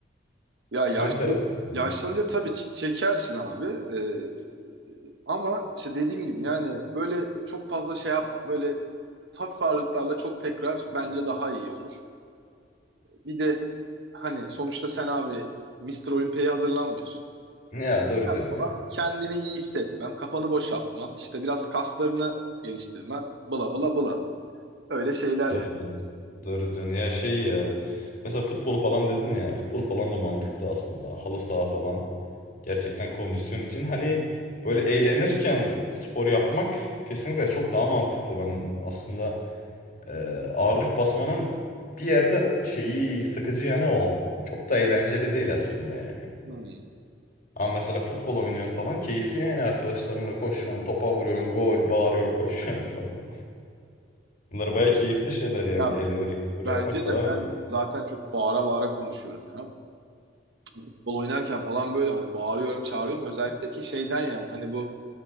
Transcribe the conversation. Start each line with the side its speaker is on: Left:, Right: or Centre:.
Right: Ya yaşlan,
Left: Şu an teras ya.
Right: yaşlanınca tabii ç- çekersin abi. Ee, ama işte dediğim gibi yani böyle çok fazla şey yapma. Böyle hafif ağırlıklarla çok tekrar bence daha iyi olur. Bir de hani sonuçta sen abi Mister Olympia'ya hazırlanmıyorsun.
Left: Ya doğru
Right: Sen
Left: diyorsun
Right: falan
Left: ya.
Right: kendini iyi hissetmen, kafanı boşaltman, işte biraz kaslarını geliştirmen, bla bla bla. Öyle şeyler
Left: Doğru
Right: yani.
Left: diyorsun. Doğru diyorsun. Ya şey ya. Mesela futbol falan dedin ya. Futbol
Right: Hı
Left: falan
Right: hı.
Left: da mantıklı aslında. Halı saha falan. Gerçekten kondisyon için. Hani böyle eğlenirken spor yapmak kesinlikle çok daha mantıklı. Ben aslında e, ağırlık basmanın bir yerde şeyi sıkıcı yanı o. Çok da eğlenceli değil aslında yani.
Right: Hmm.
Left: Ama mesela futbol oynuyorsun falan keyifli yani arkadaşlarınla koşuyorsun, topa vuruyorsun, gol, bağırıyorsun, <laughs> koşuyorsun falan. Bunlar baya keyifli şeyler yani.
Right: Ya
Left: Eğlenerek spor
Right: bence
Left: yapmak
Right: de
Left: daha
Right: ben
Left: iyi.
Right: zaten çok bağıra bağıra konuşuyorum ya. futbol oynarken falan böyle hani bağırıyorum, çağırıyorum. Özellikle ki şeyden yani hani bu